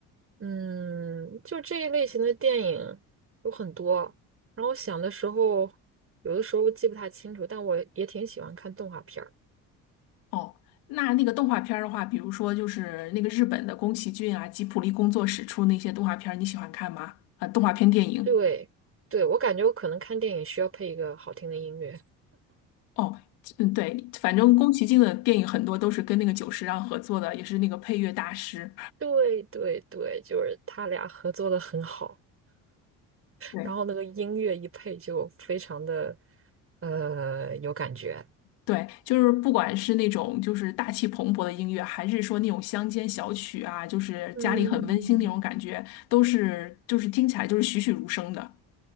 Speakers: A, on the right; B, on the left.
A: 嗯，就这一类型的电影有很多，然后我想的时候，有的时候记不太清楚，但我也挺喜欢看动画片儿。
B: 哦，那那个动画片儿的话，比如说就是那个日本的宫崎骏啊、吉卜力工作室出那些动画片儿，你喜欢看吗？啊，动画片电影。
A: 对，对，我感觉我可能看电影需要配一个好听的音乐。
B: 哦，嗯，对，反正宫崎骏的电影很多都是跟那个久石让合作的，也是那个配乐大师。
A: 对对对，就是他俩合作的很好，
B: 对
A: 然后那个音乐一配就非常的呃有感觉。
B: 对，就是不管是那种就是大气磅礴的音乐，还是说那种乡间小曲啊，就是家里很温馨那种感觉，
A: 嗯，
B: 都是就是听起来就是栩栩如生的